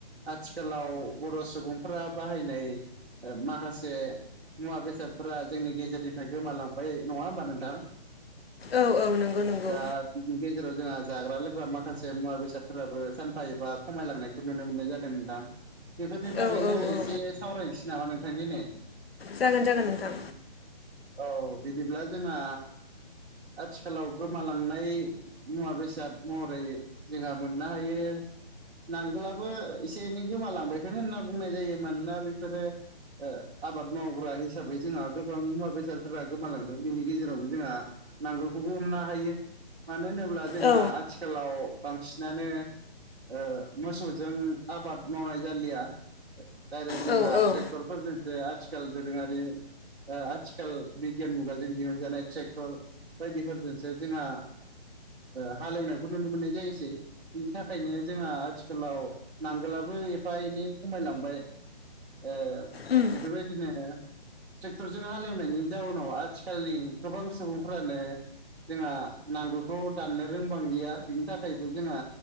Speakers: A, on the right; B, on the left.
A: आथिखालाव बर' सुबुंफोरा बाहायनाय ओ माखासे मुवा बेसादफोरा जोंनि गेजेरनिफ्राय गोमालांबाय नङा होमबा नोंथां
B: औ औ नंगौ नंगौ
A: दा बिनि गेजेराव जोंहा जाग्रा लोंग्रा माखासे मुवा बेसादफोराबो सानफा एफा खमायलांनायखौ नुनो मोननाय जादों नोंथां बेफोरनि बागैनो
B: औ औ औ
A: एसे सावरायनोसै नामा नोंथां दिनै
B: जागोन जागोन नोंथां
A: औ बिदिब्ला जोंहा आथिखालाव गोमालांनाय मुवा बेसाद महरै जोंहा मोननो हायो नांगोलाबो एसे एनै गोमालांबायखोनो होनना बुंनाय जायो मानोना बेफोरो ओ आबाद मावग्रा हिसाबै जोंहा गोबां मुवा बेसाद सादफोरा गोमालांदों बिनि गेजेरावनो जोंहा नांगोलखौबो हमनो हायो मानो होनोब्ला जोंहा
B: औ
A: आथिखालाव बांसिनानो ओ मोसौजों आबाद मावनाय जालिया डायरेक्ट जोंहा
B: औ औ
A: ट्रेक्टरफोरजोंसो आथिखाल दोरोंयारि ओ आथि खाल बिगियान मुगाजों दिहुनजानाय ट्रेक्टर बायदिफोरजोंसो जोंहा ओ हालेवनायखौ नुनो मोननाय जायोसै बिनि थाखायनो जोंहा आथिखालाव नांगोलाबो एफा एनै खमायलांबाय। ओ
B: उम
A: बेफोरबायदिनो ट्रेक्टरजों हालेवनाय नि जाउनाव आथिखालनि गोबां सुबुंफोरानो जोंहा नांगोलखौ दाननो रोंबांलिया बिनि थाखायबो जोंहा